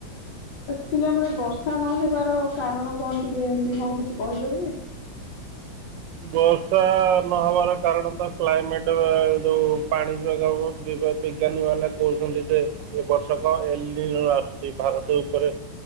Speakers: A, on the left; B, on the right.
A: ଆକ୍ଚୁଲି ଆମର ଏ ବର୍ଷା ନହବାର କାରଣ କଣ ଟିକେ ଏମିତି କଣ କିଛି କହିପାରିବେ?
B: ବର୍ଷା ନହବାର କାରଣ ତ କ୍ଲାଇମେଟ ଆ ଯୋଉ ପାଣି ବିଭାଗ <unintelligible> ବିଜ୍ଞାନୀ ମାନେ କହୁଛନ୍ତି ଯେ ଏ ବର୍ଷ କଁ ଏଲିନ୍ ର ଆସୁଚି ଭାରତ ଉପରେ